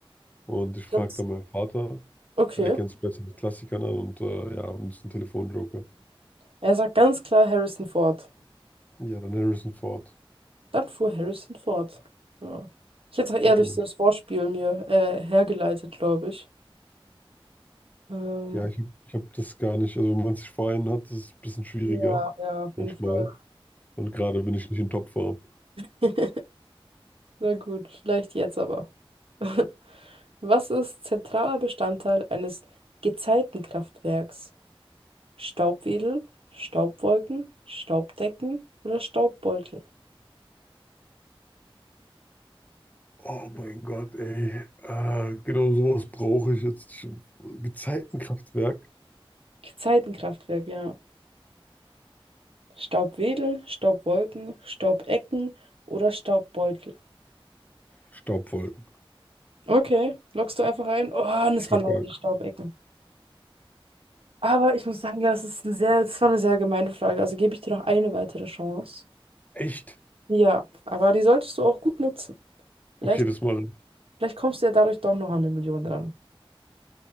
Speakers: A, on the left (about 15°); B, on the right (about 70°).
A: Und ich
B: Ich
A: frage
B: glaub, das-
A: dann meinen Vater,
B: Okay,
A: weil der kennt sich besser mit Klassikern an und äh, ja, und ist ein Telefonjoker.
B: er sagt ganz klar Harrison Ford.
A: Ja, dann Harrison Ford.
B: Dann fuhr Harrison Ford. Ja. Ich hätte es auch eher
A: Ja,
B: durch
A: gut.
B: so das Wortspiel mir äh, hergeleitet, glaube ich. Ähm.
A: Ja, ich, ich habe das gar nicht. Also, wenn man sich vor einen hat, ist es ein bisschen schwieriger
B: Ja, ja, auf
A: manchmal.
B: jeden Fall.
A: Und gerade bin ich nicht in Topform.
B: <laughs> Na gut, vielleicht jetzt aber. <laughs> Was ist zentraler Bestandteil eines Gezeitenkraftwerks? Staubwedel, Staubwolken, Staubdecken oder Staubbeutel?
A: Oh mein Gott, ey. Äh, genau sowas brauche ich jetzt. Gezeitenkraftwerk.
B: Gezeitenkraftwerk, ja. Staubwedel, Staubwolken, Staubecken oder Staubbeutel.
A: Staubwolken.
B: Okay, loggst du einfach ein? Oh, und es
A: Ich glaube
B: waren leider die Staubecken. Aber ich muss sagen, das ist eine sehr, das war eine sehr gemeine Frage. Also gebe ich dir noch eine weitere Chance.
A: Echt?
B: Ja, aber die solltest du auch gut nutzen. Vielleicht,
A: Okay, das mache ich.
B: vielleicht kommst du ja dadurch doch noch an eine Million dran.